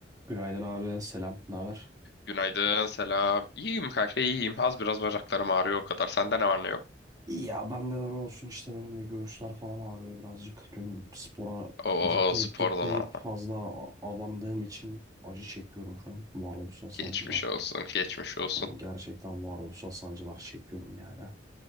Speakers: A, on the right; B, on the left.
A: Günaydın abi, selam. Ne haber?
B: Günaydın, selam. İyiyim kanka, iyiyim. Az biraz bacaklarım ağrıyor o kadar. Sende ne var ne yok?
A: Ya bende de ne olsun işte benim de göğüsler falan ağrıyor birazcık. Dün spora
B: Oo,
A: gitmeyip
B: spor
A: gitmeyip
B: zamanı.
A: fazla a- abandığım için acı çekiyorum şu an. Varoluşsal sancılar.
B: Geçmiş olsun, geçmiş olsun.
A: Yani gerçekten varoluşsal sancılar çekiyorum yani.